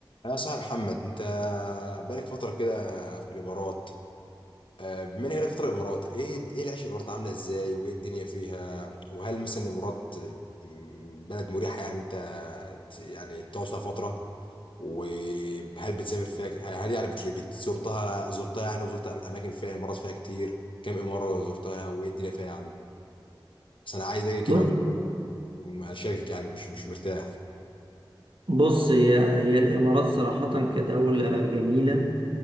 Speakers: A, on the left (about 70°); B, on the right (about 70°).
A: يا صاحب محمد انت بقالك فترة كده في الامارات آه، بما انك بقالك فترة في الامارات ايه ايه العيش في الامارات عاملة ازاي وايه الدنيا فيها وهل مثلا الامارات م- بلد مريحة يعني انت ت- يعني تقعد فيها فترة وهل بتسافر فيها ك- هل يعني بت- بت- زرتها زرتها يعني وزرت أم- اماكن فيها امارات فيها كتير كم امارة زرتها وايه الدنيا فيها يعني بس انا عايز اجي كده
B: بص
A: و- واشاركك يعني مش مش مرتاح
B: بص هي هي الإمارات صراحة كدولة جميلة